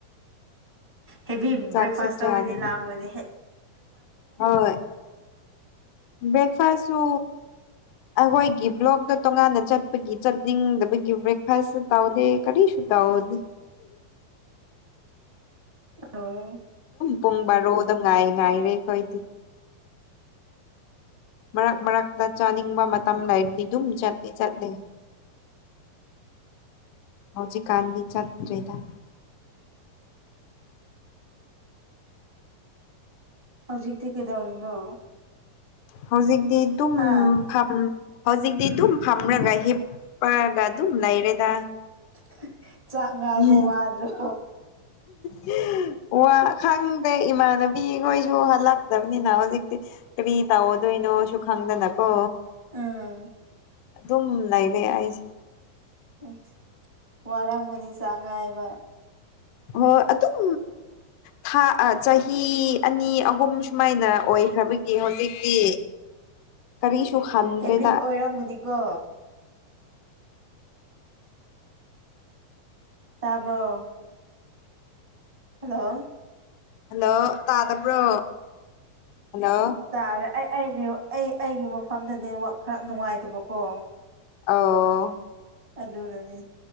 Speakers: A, on the right; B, on the left.
A: ꯍꯦꯚꯤ
B: ꯆꯥꯛꯁꯨ
A: ꯕ꯭ꯔꯦꯛꯐꯥꯁ
B: ꯆꯥꯗꯦ
A: ꯇꯧꯔꯗꯤ ꯂꯥꯝꯃꯣꯏꯅꯦ ꯍꯦ
B: ꯍꯣꯏ ꯕ꯭ꯔꯦꯛꯐꯥꯁꯁꯨ ꯑꯈꯣꯏꯒꯤ ꯕ꯭ꯂꯣꯛꯇ ꯇꯣꯉꯥꯟꯅ ꯆꯠꯄꯒꯤ ꯆꯠꯅꯤꯡꯗꯕꯒꯤ ꯕ꯭ꯔꯦꯛꯐꯥꯁꯁꯨ ꯇꯧꯗꯦ ꯀꯔꯤꯁꯨ ꯁꯨꯇꯧꯗꯦ
A: ꯑꯣ
B: ꯄꯨꯡ ꯕꯥꯔꯣꯗ ꯉꯥꯏ ꯉꯥꯏꯔꯦ ꯈꯣꯏꯗꯤ ꯃꯔꯛ ꯃꯔꯛꯇ ꯆꯥꯅꯤꯡꯕ ꯃꯇꯝ ꯂꯩꯔꯗꯤ ꯑꯗꯨꯝ ꯆꯠꯇꯤ ꯆꯠꯂꯦ ꯍꯧꯖꯤꯀꯥꯥꯟꯗꯤ ꯆꯠꯇ꯭ꯔꯦꯗ <inaudible>
A: ꯍꯧꯖꯤꯛꯇꯤ ꯀꯩꯗꯧꯔꯤꯅꯣ
B: ꯍꯧꯖꯤꯛꯇꯤ ꯑꯇꯨꯝ
A: ꯍꯥ
B: ꯐꯝ ꯍꯧꯖꯤꯛꯇꯤ ꯑꯗꯨꯝ ꯐꯝꯔꯒ ꯍꯤꯞꯄ꯭ꯔꯒ ꯑꯗꯨꯝ ꯂꯩꯔꯦꯗ
A: <unintelligible> ꯉꯥꯏꯕ
B: ꯍꯦ ꯍꯦ
A: ꯋꯥꯗ꯭ꯔꯣ
B: ꯍꯦ ꯋꯥ ꯈꯪ ꯑꯦ ꯏꯃꯥꯟꯅꯕꯤꯈꯣꯏꯁꯨ ꯍꯜꯂꯛꯇꯕꯅꯤꯅ ꯍꯧꯖꯤꯛꯇꯤ ꯀꯔꯤ ꯇꯧꯗꯣꯏꯅꯣꯁꯨ ꯈꯪꯗꯅꯀꯣ
A: ꯑꯥ
B: ꯑꯗꯨꯝ ꯂꯩꯔꯦ ꯑꯩꯁꯦ
A: ꯑꯁ ꯋꯥꯔꯝꯒꯅꯤ ꯆꯥꯛ ꯉꯥꯏꯕ
B: ꯍꯣꯏ ꯑꯗꯨꯝ ꯊꯥ ꯑꯥ ꯆꯍꯤ ꯑꯅꯤ ꯑꯍꯨꯝ ꯁꯨꯃꯥꯏꯅ ꯑꯣꯏ ꯑꯣꯏꯈ꯭ꯔꯕꯒꯤ ꯍꯧꯖꯤꯛꯇꯤ ꯀꯔꯤꯁꯨ ꯍꯟꯗ꯭ꯔꯦꯗ
A: ꯍꯦꯕꯤꯠ ꯑꯣꯏꯔꯝꯒꯅꯤꯀꯣ ꯇꯥꯕ꯭ꯔꯣ ꯍꯜꯂꯣ
B: ꯍꯜꯂꯣ ꯇꯥꯗꯕ꯭ꯔꯣ ꯍꯜꯂꯣ
A: ꯇꯥꯔꯦ ꯑꯩ ꯑꯩ ꯑꯩꯅꯦ ꯑꯩ ꯑꯩꯒꯤ ꯃꯐꯝꯗ ꯅꯦꯋꯥꯛ ꯈꯔ ꯅꯨꯡꯉꯥꯏꯇꯕꯀꯣ
B: ꯑꯥꯎ
A: ꯑꯗꯨꯅꯅꯦ